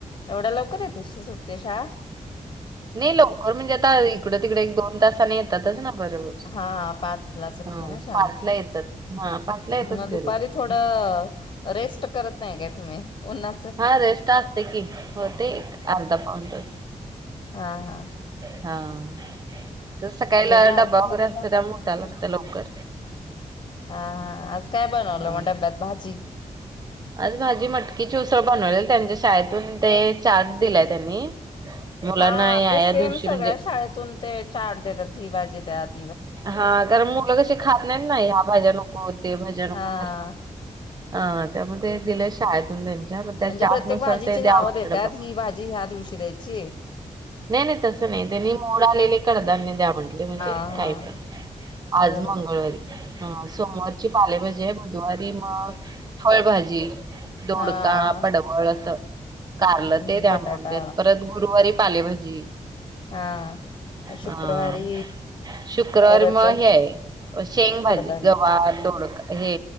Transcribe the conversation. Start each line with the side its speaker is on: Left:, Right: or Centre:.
Left: एवढा लवकर येतेस तू सुट शाळा.
Right: नेलो. हो म्हणजे आता इकड तिकडे एक दोन तासाने येतातच ना. बरोबर
Left: हा पाच ला सुटते
Right: हा
Left: ना शाळा.
Right: पाचला येतात हा पाचला येतात
Left: मग
Right: घरी
Left: दुपारी थोडं रेस्ट करत नाही का तुम्ही? उन्हाच
Right: हा रेस्ट असते की होते एक
Left: हा
Right: अर्धा पाऊण तास.
Left: हा हां.
Right: हां. सकाळीला
Left: झाल
Right: डबा वगैरे
Left: हा
Right: असतो त्या मुळ उठाव लागत लवकर.
Left: हा आज काय बनवलं
Right: हा
Left: मग डब्यात भाजी
Right: आज भाजी मटकीची उसळं बनवलेल त्यांच्या शाळेतून ते चार्ट दिलाय त्यांनी. मुलांना
Left: हा
Right: या
Left: ते सेम
Right: या दिवशी
Left: सगळ्या
Right: म्हणजे
Left: शाळेतून ते चार्ट देतात ही भाजी त्यात
Right: हा कारण मुलं कशी खात नाहीत ना ह्या भाज्या नको ते भाज्या नको
Left: हा
Right: करतात. अं त्यामुळे ते दिलेय शाळेतून त्यांच्या मग त्या
Left: म्हणजे
Right: चार्टनुसार
Left: प्रत्येक भाजीची
Right: ते द्यावं
Left: नावं
Right: लागतं
Left: देतात
Right: डबा.
Left: ही भाजी ह्या दिवशी द्यायची.
Right: नाही नाही तसं नाही, त्यांनी मोड आलेले कडधान्य द्या म्हटले म्हणजे
Left: हा
Right: काही
Left: हा
Right: पण आज
Left: बरोबर
Right: मंगळवारी. हां. सोमवारची पालेभाजी आहे, बुधवारी मग फळभाजी, दोडका,
Left: हा
Right: पडवळ असं कारलं
Left: हम्म
Right: ते द्या
Left: बटाटा
Right: म्हलेत परत गुरुवारी. पालेभाजी.
Left: हा शुक्रवारी
Right: हा. शुक्रवारी
Left: परत
Right: मग हे आहे शेंग भाजी,
Left: कडधान्य
Right: गवार, दोडका हे